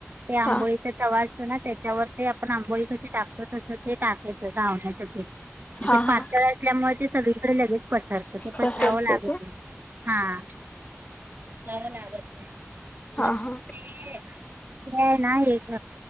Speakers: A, on the right; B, on the left.
A: ते आंबोळी
B: हा
A: तवा असतो ना त्यांच्यावरची आपण आंबोळी कशी टाकतो तसं ते टाकायचं घावण्याचं पीठ
B: हा
A: ते पातळ
B: हा
A: असल्यामुळे ते सगळीकडे लगेच पसरतात. ते पसरावं
B: तसं असतंय
A: लागत
B: ते
A: नाही, हा पसरावं लागत नाही.
B: हा
A: म ते
B: हा
A: हे आहे ना हे एक